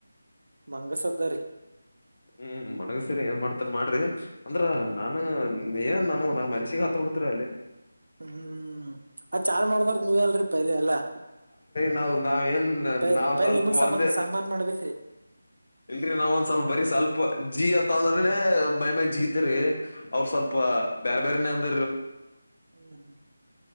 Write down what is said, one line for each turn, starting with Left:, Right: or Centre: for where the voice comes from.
Right: ಮಂಗಸ್ದಾರಿಿ
Left: ಹ್ಮ್ ಮಡಗ ಸೇರಿ ಏನ್ ಮಾಡ್ತಾರ ಮಾಡ್ರಿ ಅಂದ್ರ ನಾನ <unintelligible> ನೀ ನಾನು ಮನುಷಿಗೆ ಹತಪಡ್ತರ ಅಲ್ಲೇ
Right: ಹ್ಮ್ ಅದ ಚಾಲ್ ಮಾಡ್ದ್ರ ನೀವ ಅಲ್ರರಿ ಪಲಿ ಎಲ್ಲಾ
Left: ನಾವವು ನಾವ್ ಏನ್
Right: ಪೈಲ್
Left: ನಾವ್
Right: ಪೈಲ್
Left: ಸ್ವಲ್ಪ
Right: ನಿಮಗ್ ಸನ್ಮಾನ್
Left: ಬಂದೆ <inaudible>
Right: ಸನ್ಮಾನ ಮಾಡ್ಬೇಕ್ರಿ
Left: ಇಲ್ರರಿ ನಾವೊಂದ್ ಸ್ವಲ್ಪ ಬರೀ ಸ್ವಲ್ಪ ಜಿತ್ತ ಅಂದ್ರನೇ ಮೈ ಮೈ ಜಿಗತಿರಿ ಅವ್ರ ಸ್ವಲ್ಪ ಬೇರೆ ಬೇರೆನ್ನೆ ಅಂತ
Right: ಹ್ಮ್ ಹ್ಮ್